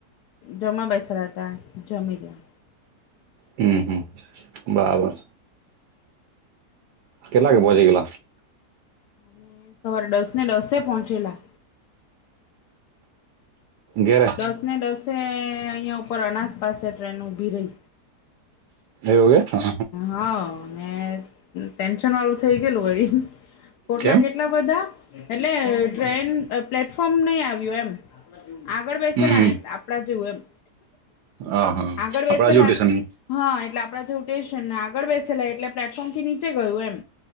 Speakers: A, on the left; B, on the right.
A: જમા બેસાલા હતા જમી રયા.
B: હમ્મ હમ્મ બરાબર. કેટલા કે પહોચી ગેલા?
A: અમે સવારે દસ ને દસે પોચેલા.
B: ઘેરે
A: દસ ને દસે અયા ઉપર અનાસ પાસે ટ્રેન ઉભી રહી.
B: એવું કે હા
A: હા. <unintelligible> ટેન્શન વાળું થઈ ગયેલું વળી પોટલા
B: કેમ
A: કેટલા બધા એટલે ટ્રેન અ પ્લેટફોર્મ ની આવ્યું એમ. આગળ બેસેલા
B: હમ
A: ને આપડા જેવું એમ.
B: હા હા
A: આગળ બેસેલા
B: આપણા જેવું તેશન
A: હા એટલે આપડા જે ઉટે છે ને આગળ બેસેલા એટલે પ્લેટફોર્મ થી નીચે ગયું એમ.